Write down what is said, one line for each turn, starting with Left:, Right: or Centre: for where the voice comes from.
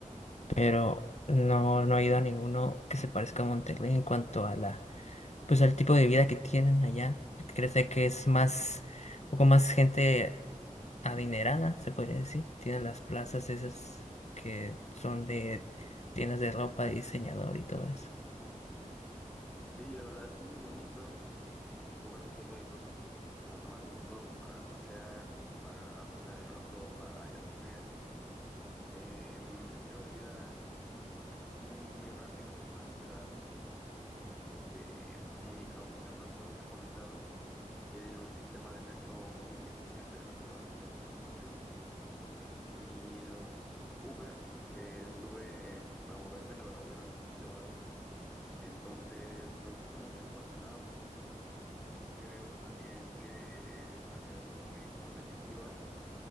Left: pero no, no he ido a ninguno que se parezca a Monterrey en cuanto a la, pues al tipo de vida que tienen allá. Crece que es más, un poco más gente adinerada, se podría decir. Tienen las plazas esas que son de tiendas de ropa, de diseñador y todo eso.
Centre: Sí, la verdad es muy bonito, eh, hay lugares muy bonitos para tomar fotos, para pasear, para pasar el rato, para ir a comer. Em, el estilo de vida, imagino que es muy, muy rápido, es una ciudad, este, pues muy caótica, pero todo está conectado. Tienen un sistema de metro muy eficiente, la verdad a mí me gustó mucho. Y los Uber que estuve pues, para moverme, la verdad eran bastante baratos. Entonces me gustó mucho por ese lado. Creo también que es una ciudad muy competitiva